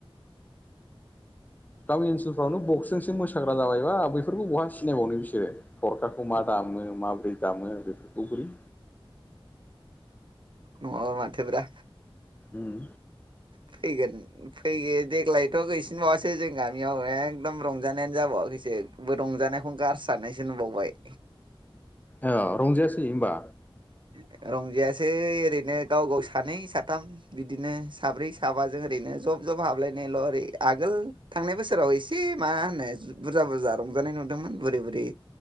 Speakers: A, on the left; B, on the right.
A: गामि ओनसोलफ्रावनो बक्सजोंसो मोसाग्रा जाबायबा बैफोरखौ बहा सिनायबावनो बिसोरो थरखाखौ मा दान दामो माबोरै दामो बेफोरखौ बोरै
B: नङाबा माथो ब्रा
A: उम
B: फैगोन फै देग्लायथ' गैसिनबावासै जों गामियाव एखदम रंजानायानो जाबावाखै फैसेबो रंजानायखौनो गारसारनायसो नुबावबाय
A: औ रंजायासै होमबा
B: <unintelligible> रंजायासै ओरैनो गाव गाव सानै साथाम बिदिनो साब्रै साबाजों ओरैनो जब जब हाबलायनायल' ओरै आगोल थांनाय बोसोराव एसे मा होनो बुरजा बुरजा रंजानाय नुदोंमोन बुरै बुरै